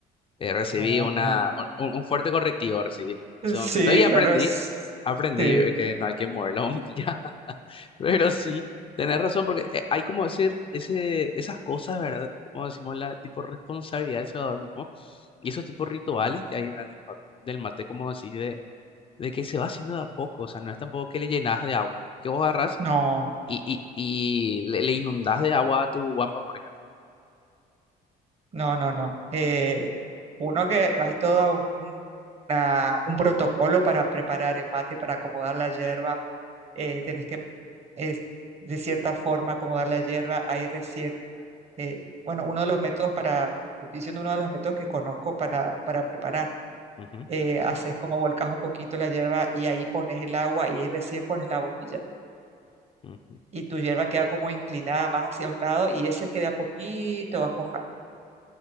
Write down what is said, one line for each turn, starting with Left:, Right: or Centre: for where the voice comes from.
Left: eh, recibí
Right: No,
Left: una,
Right: no.
Left: un, un fuerte correctivo recibí en ese
Right: Sí,
Left: momento y aprendí,
Right: claro, es...
Left: aprendí
Right: Sí.
Left: eh, que no hay que mover la bombilla, <laughs> pero sí, tenés razón porque eh, hay como decir ese, esas cosas, ¿verdad? Como decimos, la tipo responsabilidad del salvador mismo y esos tipos rituales que hay ¿verdad? en el ma- del mate, como decís, de, de que se va haciendo de a poco, o sea, no es tampoco que le llenas de agua, que vos agarrás
Right: No,
Left: y, y, y le, le inundás de agua a tu guampa, por ejemplo.
Right: no, no, no. Eh, uno que hay todo un, un- una- un protocolo para preparar el mate, para acomodar la hierba. Eh, tenés que, es, de cierta forma, acomodar la hierba. Ahí recién, eh, bueno, uno de los métodos para, te estoy diciendo uno de los métodos que conozco para, para preparar.
Left: Ujú,
Right: Eh, haces como volcas un poquito la hierba y ahí pones el agua y ahí recién pones la bombilla.
Left: ujú.
Right: y tu hierba queda como inclinada más hacia un lado y ese es que de a poquito vas mojando.